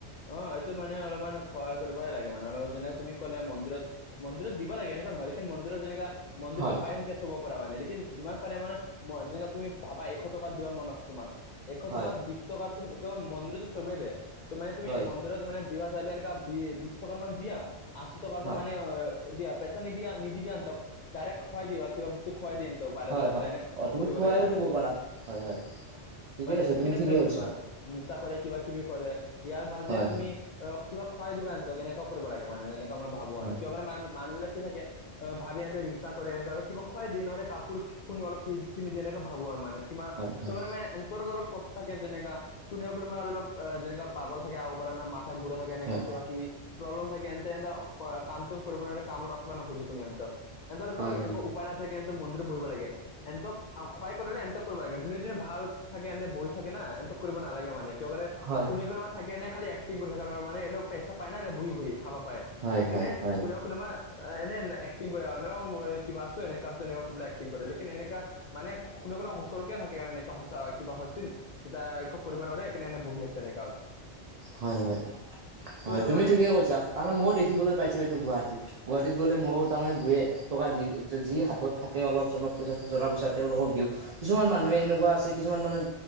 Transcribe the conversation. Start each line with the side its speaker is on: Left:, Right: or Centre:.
Left: অ, সটো মানে অলপমান সহায় কৰিবাই লাগে মানে অলপ যেনেকে তুমি ক'লে মন্দিৰত মন্দিৰত দিব লাগে এনেকুৱা নহয় লকিন মন্দিৰত যেনেককা মন্দিৰতো
Right: হয়
Left: পাই থাকে। চব পাৰ মানে লেকিন যিমান পাৰে মানে যেনে তুমি ভাবা এশ টকাৰ দিবা মন আছে তোমাৰ। এশত
Right: হয়
Left: বা ত বিচ টকাৰ কেৱল মন্দিৰতো চভে দিয়ে ত মানে তুমি
Right: হয়
Left: মন্দিৰত মানে দিয়ালে এনেকা বি বিশ টকাৰ মান দিয়া আশী টকাৰটো
Right: হয়
Left: মান দিয়া। পেচা নিদিয় নিদিবিনক ডাইৰেক্ত খুৱাই দিবা কিবা বস্তু খুৱাই দি বাহত
Right: হয়
Left: জবলাইনে
Right: হয় অ তুমি
Left: কৰিব
Right: খোৱাইও
Left: লাগে মানে
Right: দিব
Left: এনো।
Right: পাৰা হয় হয় ঠিকে
Left: মানে
Right: আছে
Left: থাকে
Right: তুমি
Left: ন
Right: ঠিকে
Left: কোনোবা- কোনোবা
Right: কৈছা
Left: নিচা কৰে কিবা কিবি কৰে। ইয়াৰ ভাল
Right: হয়
Left: যে তুমি
Right: হয়
Left: অ কিবা খুৱাই দানতক কেনেকুৱা কৰিব লাগে মানে এ মই ভাবো
Right: হয়
Left: ন কিয় মান- মান মানুহ বিলাক থাকে অ ভাবিনেতে নিচা কৰে এনেকুৱ কিবা খুৱাই দিন হলে কাপোৰ শুনি অলপ কি কিনি দিয় এনেকে ভাবো আৰু মানে। কিবা-
Right: হয় হয়
Left: কিবা এ অলপ কষ্ট থাকে যেনেককা কোবা কোনোবা আৰু অলপ যেনেকা পাগল থাকে। কৰা নাথা ঘূৰা থাক কেনেকা
Right: হয়
Left: কিবা কিবি। প্ৰব্লেম থাকে এন্তে এনে কাম চম কৰিব নোৱাৰ কামত ৰাখিব ন খোজো এত
Right: হয় হয়
Left: একো উপায়না থাকে মন্দিৰ বহিব লাগে এন্তক <unintelligible> ক্ষয় কৰিলে এন্তক কৰিব লাগে যোনে যনে ভাল থাকে এন্ততে বহ থাকে ন এনক কৰিব নালাগে মানে। কিয় কৰে
Right: হয়
Left: কোনে কোবা থাকে খাল এক্টিং কৰি থাকে ন মানেনে পইচা প নাই নে বহি- বহি খাবা পায়।
Right: হয়
Left: একাৰনে
Right: হয় হয়
Left: কোনেও কোনোবা এনে এক্টিং কৰে আৰু ন মই কিবা আছো এনেককা আছো এনেকুৱা কবাই এক্টিং কৰে লেকিন এনেকা মানে কোনে কোনো কে থাকে এনেকা কিবা হৈছিল তেতিয়া একো কৰিব নোৱাৰেকাৰনেে এনে বহি আছে এনেককা
Right: হয় হয় হয়
Left: তো এইটো
Right: তুমি
Left: মানে
Right: ঠিকে কৈছা কাৰণ ময়ো দেখিবলৈ পাইছো এইটো গুৱাহাটীত। গুৱাহাটীত গ'লে ময়ো তাৰমানে দুইয়ে টকা দি যি হাতত থাকে অলপ চলপ পইচা খুচুৰা পইচা তেওঁলোকক দিওঁ। কিছুমান মানুহে এনেকুৱা আছে কিছুমান মানুহ